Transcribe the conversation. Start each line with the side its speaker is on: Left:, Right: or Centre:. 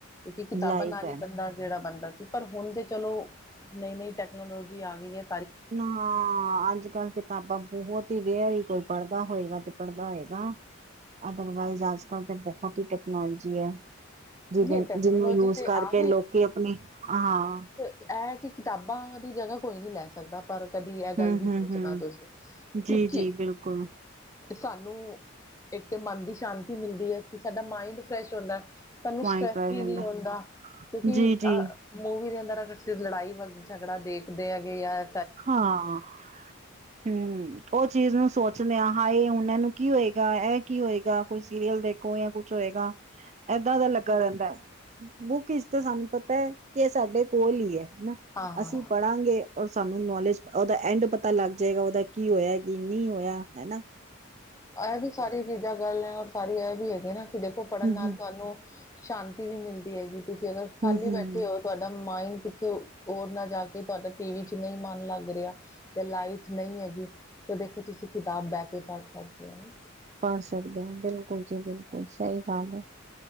Left: ਕਿਉਂਕਿ ਕਿਤਾਬਾਂ
Right: ਲਾਈਫ
Left: ਨਾਲ
Right: ਹੈ
Left: ਈ ਬੰਦਾ ਜੇੜਾ ਬਣਦਾ ਸੀ, ਪਰ ਹੁਣ ਤੇ ਚਲੋ ਨਈ-ਨਈ ਟੈਕਨੋਲੋਜੀ ਆ ਗਈ ਏ।
Right: ਨਾਂ ਅੱਜ-ਕੱਲ ਕਿ ਤਾਂਬਾ ਬੋਹਤ ਹੀ ਰੇਅਰ ਈ ਕੋਈ ਪੜ੍ਹਦਾ ਹੋਏਗਾ ਤੇ ਪੜ੍ਹਦਾ ਹੋਏਗਾ। ਅਦਰਵਾਈਜ਼ ਅੱਜ-ਕੱਲ ਤਾਂ ਬੋਹਤ ਈ ਟੈਕਨੋਲੋਜੀ ਐ। ਜਿਦੇ
Left: ਨਹੀਂ ਟੈਕਨੋਲੋਜੀ
Right: ਜਿਨੂੰ ਯੂਜ
Left: ਤੇ
Right: ਕਰਕੇ
Left: ਆ
Right: ਲੋਕੀ ਆਪਣੀ, ਹਾਂ
Left: ਤੇ ਐ ਕਿ ਕਿਤਾਬਾਂ ਦੀ ਜਗ੍ਹਾ ਕੋਈ ਨੀ ਲੈ ਸਕਦਾ। ਪਰ ਕਦੀ ਐ
Right: ਹਮ
Left: ਗੱਲ ਵੀ
Right: ਹਮ
Left: ਸੋਚਣਾ
Right: ਹਮ
Left: ਤੁਸੀਂ,
Right: ਜੀ
Left: ਕਿਉਂਕਿ
Right: ਜੀ ਬਿਲਕੁਲ
Left: ਸਾਨੂੰ, ਏਕ ਤਾਂ ਮਨ ਦੀ ਸ਼ਾਂਤੀ ਮਿਲਦੀ ਐ ਕਿ ਸਾਡਾ ਮਾਇੰਡ ਫਰੈਸ਼ ਹੁੰਦਾ ਐ। ਸਾਨੂੰ
Right: ਪੁਆਇੰਟ
Left: ਸਟਰੈਸ
Right: ਪੈ
Left: ਵੀ
Right: ਜਾਂਦਾ
Left: ਨੀ ਹੂੰਦਾ ਕਿਉਂਕਿ
Right: ਜੀ ਜੀ
Left: ਅ ਮੂਵੀ ਦੇ ਅੰਦਰ ਅਸੀ ਸਿਰ ਲੜਾਈ ਵ ਝਗੜਾ ਦੇਖਦੇ ਹੈਗੇ ਆ-
Right: ਹਾਂ, ਹੂੰ। ਓ ਚੀਜ਼ ਨੂੰ ਸੋਚਦੇ ਆ ਹਾਏ ਹੁਣ ਏਨੂੰ ਕੀ ਹੋਏਗਾ, ਐ ਕੀ ਹੋਏਗਾ ਕੋਈ ਸੀਰੀਅਲ ਦੇਖ ਕੋਏ ਜਾਂ ਕੁਛ ਹੋਏਗਾ, ਏਦਾਂ ਦਾ ਲੱਗਾ ਰੈਂਦਾ। ਬੁੱਕ ਇਸ ਤੇ ਸਾਨੂੰ ਪਤਾ ਐ ਕਿ ਏ ਸਾਡੇ ਕੋਲ ਈ ਐ ਹਨਾ
Left: ਹਾਂ
Right: ਅਸੀਂ ਪੜਾਂਗੇ ਔਰ ਸਾਨੂੰ ਨੌਲੇਜ ਓਦਾ ਐਂਡ ਪਤਾ ਲੱਗ ਜਾਏਗਾ ਓਦਾ ਕੀ ਹੋਯਾ ਕੀ ਨੀ ਹੋਯਾ ਹੈਨਾ।
Left: ਐ ਵੀ ਸਾਰੀ ਚੀਜ਼ਾਂ ਗੱਲ ਐ ਔਰ ਸਾਰੀ ਐਵੀ ਹੈਗੀ ਨਾ ਕਿ ਦੇਖੋ ਪੜ੍ਹਨ
Right: ਹੂੰ-ਹੂੰ,
Left: ਨਾਲ ਤੁਆਨੂੰ ਸ਼ਾਂਤੀ ਵੀ ਮਿਲਦੀ ਹੈਗੀ ਤੁਸੀਂ ਅਗਰ ਖਾਲੀ
Right: ਹੂੰ-ਹੂੰ
Left: ਬੈਠੇ ਓ ਤੁਆਡਾ ਮਾਇਡ ਕਿੱਥੇ ਹੋਰ ਨਾ ਜਾ ਕੇ ਤੁਆਡਾ ਟੀ ਵੀ ਚ ਨਈ ਮਨ ਲੱਗ ਰੇਆ। ਤੇ ਲਾਈਟ ਨਈ ਹੈਗੀ, ਤੇ ਦੇਖੋ ਤੁਸੀਂ ਕਿਤਾਬ ਬੈ ਕੇ ਪੜ ਸਕਦੇ ਓ ਨਾ।
Right: ਪੜ ਸਕਦੇ ਆ ਬਿਲਕੁਲ ਜੀ ਬਿਲਕੁਲ ਸਈ ਗੱਲ ਐ